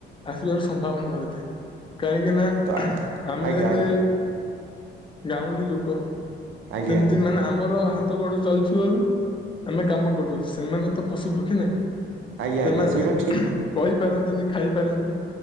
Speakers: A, on the left; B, on the right.
A: ଆସିବାର ସମ୍ଭାବନା ରହିଥାଏ। କାହିଁକି ନା
B: ତ
A: ଆମେ
B: ଆଜ୍ଞା
A: ହେଲେ
B: ଆଜ୍ଞା
A: ଗାଉଁଲି ଲୋକ
B: ଆଜ୍ଞା
A: ସେମତି ମାନେ ଆମର ହାତ ଗୋଡ ଚାଲିଥିବାରୁ ଆମେ କାମ କରଦଉଛେ ସେମାନେ ତ ପଶୁ ପକ୍ଷୀ ନା
B: ଆଜ୍ଞା
A: ସେମାନେ
B: ଆଜ୍ଞା ସେଇଟା ଠିକ୍
A: କହି ପାରନ୍ତିନି ଖାଇ ପାରନ୍ତିନି